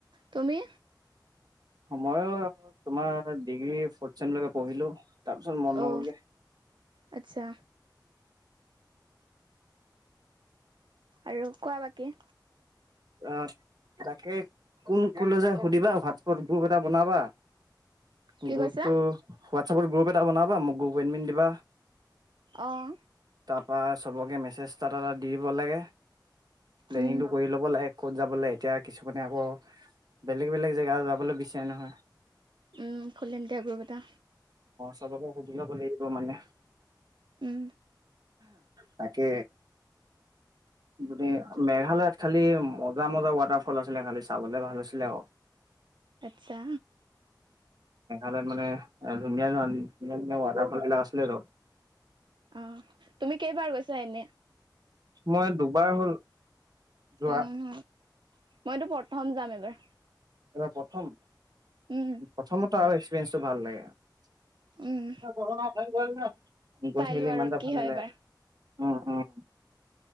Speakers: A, on the right (about 80°); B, on the right (about 55°).
A: তুমি।
B: ময়ো তোমাৰ ডিগ্ৰী ফৰঠচেম লৈকে পঢ়িলো। তাৰপিছত মন
A: অ',
B: নগলগে।
A: আচ্ছা আৰু কোৱা বাকী।
B: আহ, তাকে কোন ক'লে যাই সুধিবা হোৱাটছপত গ্ৰুপ এটা বনাবা।
A: কি
B: গ্ৰুপটো
A: কৈছা
B: হোৱাটছপৰ গ্ৰুপ এটা বনাবা এডমিট দিবা।
A: আহ।
B: ত' চবকে মেচজ এটা এটা দি দিব লাগে, প্লেনিংটো
A: উম,
B: কৰি ল'ব লাগে ক'ত যাম। লে এতিয়া কিছুমানে আকৌ বেলেগ বেলেগ জেগা যাবলৈ বিচাৰে নহয়।
A: উম, খুলিম দে গ্ৰুপ এটা।
B: চবেকে সুধি ল'ব লাগিব মানে।
A: উম।
B: তাকে গোটে মেঘালয়ত খালি মজা মজা ৱাটাৰফল আছিলে, খালি চাবলে ভাল হৈছিলে আক।
A: আচ্ছা।
B: তাত মানে ধুনীয়া ধৰ ধুনীয়া ধুনীয়া ৱাটাৰফল বিলাক আছিলে টো।
A: আহ, তুমি কেইবাৰ গৈছা এনে।
B: মই দুবাৰ হ'ল। যোৱা
A: অ' অ' মইতো প্ৰথম যাম এবাৰ।
B: এবাৰ প্ৰথম
A: উম,
B: প্ৰথমত আৰু এক্সপিৰিয়েঞ্চটো ভাল লাগে।
A: উম,
B: <unintelligible>
A: চাই
B: গৈছিলো
A: লোৱা
B: ইমান
A: আৰু
B: এটা
A: কি
B: ভাল
A: হয়
B: নালাগে।
A: এবাৰ
B: উম, উম।